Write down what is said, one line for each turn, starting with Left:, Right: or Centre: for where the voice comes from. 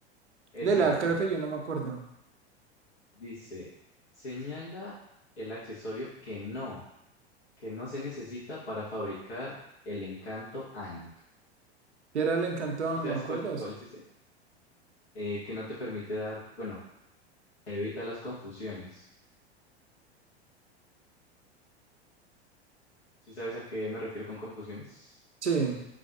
Left: Eh,
Right: Lela,
Left: sí, sí,
Right: creo
Left: sí.
Right: que yo no me acuerdo.
Left: Dice, señala el accesorio que no, que no se necesita para fabricar el encanto Ankh.
Right: ¿Qué era el encantón?
Left: ¿Sí sabes
Right: ¿Me acuerdas?
Left: cuál, cuál es ese? Eh, que no te permite dar, bueno, evita las confusiones. ¿Sí sabes a qué me refiero con confusiones?
Right: Sí.